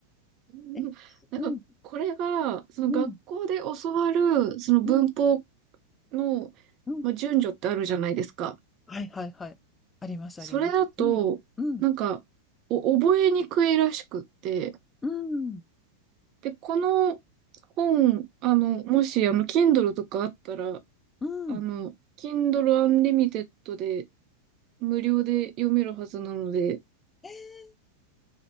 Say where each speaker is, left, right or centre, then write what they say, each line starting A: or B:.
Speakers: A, on the right; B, on the left.
A: うんなんか、
B: え、うん、
A: これが、その学校で教わる、
B: うん、
A: その文法
B: うん、
A: の、
B: うん。
A: まあ、順序ってあるじゃないですか。
B: はいはいはい。ありますあります。
A: それだと、
B: うん、うん、
A: なんか、お覚えにくいらしくって、
B: うん、
A: で、この本、あの、もし、あの、Kindle とかあったら、
B: うん。
A: あの、Kindle Unlimited で無料で読めるはずなので、
B: ええ。